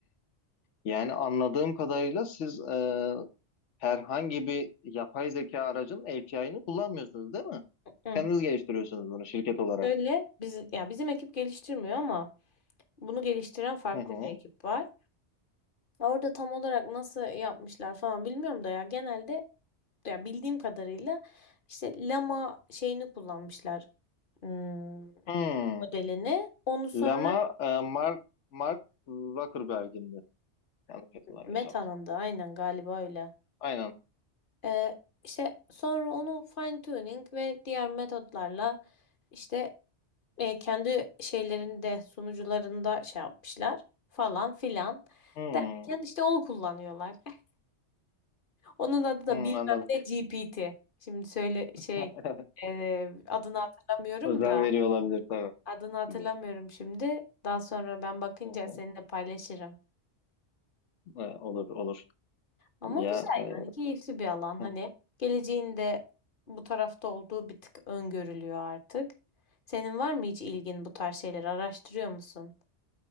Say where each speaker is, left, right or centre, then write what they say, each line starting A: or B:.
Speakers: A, on the left; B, on the left.
A: Yani anladığım kadarıyla siz e, herhangi bir yapay zeka aracın API'ını kullanmıyorsunuz değil mi?
B: Hı.
A: Kendiniz geliştiriyorsunuz bunu şirket olarak.
B: Şöyle biz ya bizim ekip geliştirmiyor ama bunu geliştiren farklı
A: Hı hı.
B: bir ekip var. Orada tam olarak nasıl yapmışlar falan bilmiyorum da ya genelde ya bildiğim kadarıyla işte Lama şeyini kullanmışlar. hmm,
A: Hmm.
B: modelini. Onu sonra
A: Lama e, Mark Mark Zuckerberg'indi. Yanlış hatırlamıyorsam.
B: Meta'nın da aynen galiba öyle.
A: Aynen.
B: Ee, işte sonra onu fine tuning ve diğer metotlarla işte e, kendi şeylerinde sunucularında şey yapmışlar falan filan
A: Hmm.
B: derken işte onu kullanıyorlar. <laughs> Onun adı da
A: Hmm,
B: bilmem
A: anladım.
B: ne GPT. Şimdi söyle şey
A: <laughs>
B: e, adını hatırlamıyorum
A: Özel
B: da
A: veriyor olabilir tabii.
B: adını hatırlamıyorum
A: Bilmiyorum.
B: şimdi. Daha sonra ben bakınca
A: Hı hı.
B: seninle paylaşırım.
A: E, olur olur.
B: Ama
A: Ya
B: güzel
A: e,
B: yani keyifli bir alan
A: hı.
B: hani geleceğinde bu tarafta olduğu bir tık öngörülüyor artık. Senin var mı hiç ilgin bu tarz şeyleri araştırıyor musun?